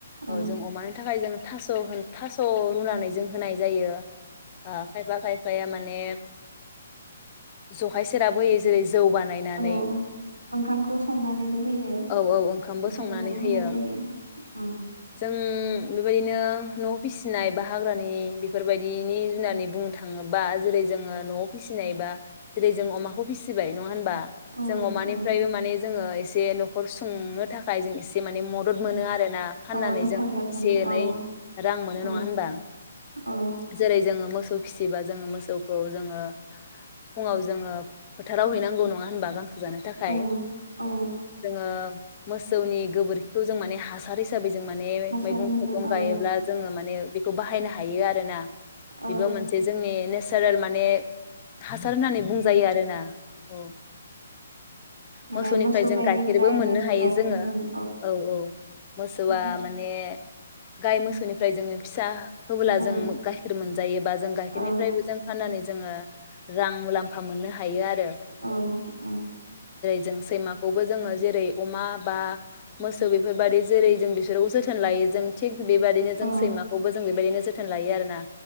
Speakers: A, on the left; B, on the right.
A: औ
B: ओं
A: जों अमानि थाखाय जों, थास होन थास रुनानै जों होनाय जायो, आ खायफा खाय बिफाया माने जखाय सेराब होयो जेरै, जौ बानायनानै
B: औ ओंखामखौ संनानैबो होयो
A: औ औ ओंखामबो
B: ओंखामखौबो
A: संनानै होयो
B: होनाय जायो ओं
A: जों बेबायदिनो न' फिसिनाय बा हाग्रानि बेफोरबायदिनि जुनानै बुंनो थाङोबा जेरै जोङो न'आव फिसिनाय बा जेरै जों अमाखौ फिसिबाय न' होनबा
B: औ
A: जों अमानिफ्रायबो
B: औ
A: माने जोङो एस एसे न'खर संनो थाखाय जों एसे माने मदद मोनो आरो ना फाननानै
B: औ हेफाजाब
A: जों एसे
B: मोनो
A: एनै
B: औ
A: जोंहो मोनो
B: औ
A: नङा होनबा
B: औ
A: जेरै जों जोङो मोसौ फिसिबा जों मोसौखौ जोङो फुंआव जोङो फोथाराव हैनांगौ नङा होनबा गांस जानो थाखाय
B: औ औ
A: जोङो मोसौनि गोबोरखिखौ जों माने हासार हिसाबै, जों माने
B: हासार
A: मैगं
B: मोनो
A: थाइगं
B: औ
A: गायोब्ला, माने बेखौ बाहायनो हायो आरोना, बेबो
B: औ
A: मोनसे जोंनि नेस, नेसारेल माने हासार होननानै बुंजायो आरोना औ मोसौनिफ्राय
B: आरो मोसौ
A: जों
B: गायनिफ्रायबो
A: गाइखेरबो मोननो
B: जों
A: हायो
B: गाइखेर
A: जोङो
B: मोनो
A: औ औ मोसौआ
B: उम
A: माने, गाय मोस निफ्राय जोङो फिसा, होबोला
B: औ
A: जों गाइखेर मोनजायो बा जों गाइखेरनिफ्रायबो
B: औ
A: जों फाननानै जोङो रां मुलाम्फा मोननो हायो आरो
B: औ औ
A: जों‌ सैमाखौ बो जोङो जेरै अमा बा मोसौ बेफोरबादि जेरै जों बिसोर जोथोन लायो जों थिख बिबादि जों
B: औ
A: सैमाखौबो जों बेबायदिनो जोथोन लायो आरोना